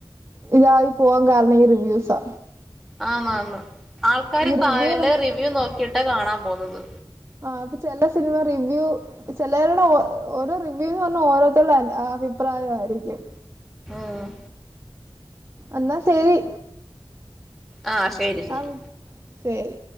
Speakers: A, on the right; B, in the centre.
A: ഇതായി പോവാൻ കാരണം ഈ റിവ്യൂസാ.
B: ആന്ന് ആന്ന് ആൾക്കാര്
A: ഈ
B: കാ
A: റിവ്യൂ
B: എല്ലാരും റിവ്യൂ നോക്കീട്ടെ കാണാ പോന്നത്
A: ആ ഇപ്പൊ ചെല സിനിമ റിവ്യൂ ചെലവരുടെ ഓരോ റിവ്യൂന്ന് പറഞ്ഞാ ഓരോരുത്തരടെ ആഹ് അഭിപ്രായവായിരിക്കും.
B: ആഹ്
A: അന്നാ ശരി
B: ആ ശരി ശരി
A: അവ് ശരി